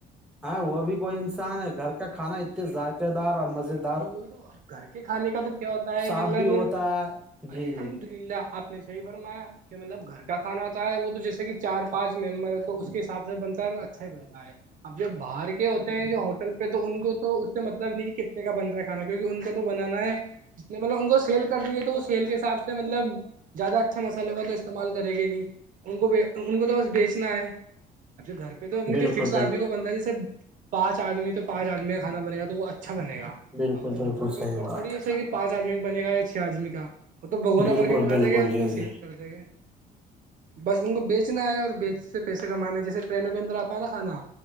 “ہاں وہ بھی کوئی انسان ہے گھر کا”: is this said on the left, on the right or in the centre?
Centre